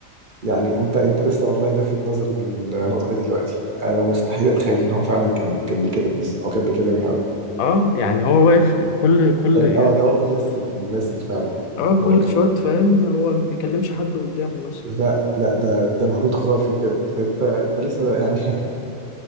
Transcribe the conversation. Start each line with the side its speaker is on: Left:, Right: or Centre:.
Right: يعني انت انت لسه والله لفت نظري للنقطه دي دلوقتي انا مستحيل اتخيل ان هو فعلا كان كان بيكلم نفسه او كان بيكلم الهوا
Left: اه يعني هو واقف كل كل
Right: كان-
Left: يعني
Right: اه ده هو بيمثل بيمثل فعلا
Left: اه
Right: هو
Left: كل
Right: بي...
Left: شوت فاهم هو ما بيكلمش حد قدامه مثلا
Right: لا لا ده ده مجهود خرافي بجد انت انت لسه يعني <laughs>